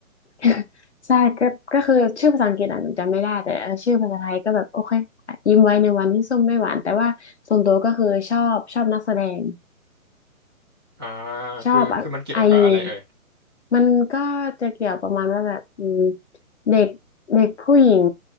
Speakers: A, on the left (about 50°); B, on the right (about 20°).
A: <laughs> ใช่ก็ก็คือชื่อภาษาอังกฤษอ่ะหนูจำไม่ได้แต่เออชื่อภาษาไทยก็แบบโอเคยิ้มไว้ในวันที่ส้มไม่หวานแต่ว่าส่วนตัวก็คือชอบชอบนักแสดง
B: อ่า
A: ชอบไอยู
B: คือคือมันเกี่ยวกับอะไรเอ่ย
A: มันก็จะเกี่ยวประมาณว่าแบบอืมเด็กเด็กผู้หญิง